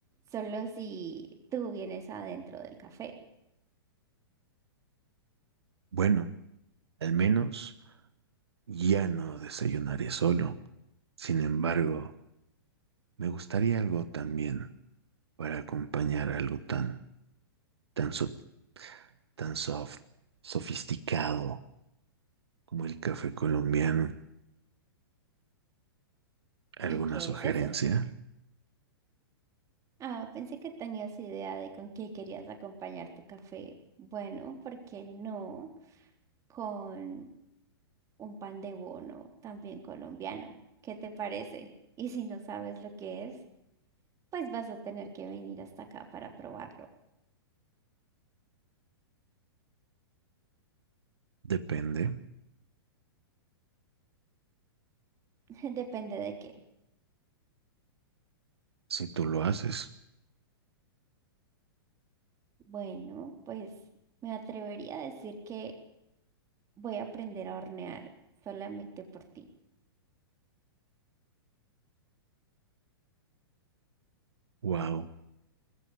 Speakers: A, on the right; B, on the right.
A: solo si tú vienes adentro del café.
B: Bueno, al menos ya no desayunaré solo. Sin embargo, me gustaría algo también para acompañar algo tan, tan, so- tan soft, sofisticado como el café colombiano. ¿Alguna
A: ¿Y qué
B: sugerencia?
A: es eso? Ah, pensé que tenías idea de con qué querías acompañar tu café. Bueno, ¿por qué no? con un pan de bono también colombiano. ¿Qué te parece? Y si no sabes lo que es, pues vas a tener que venir hasta acá para probarlo.
B: Depende.
A: <laughs> Depende de qué.
B: Si tú lo haces,
A: Bueno, pues me atrevería a decir que voy a aprender a hornear solamente por ti.
B: wow,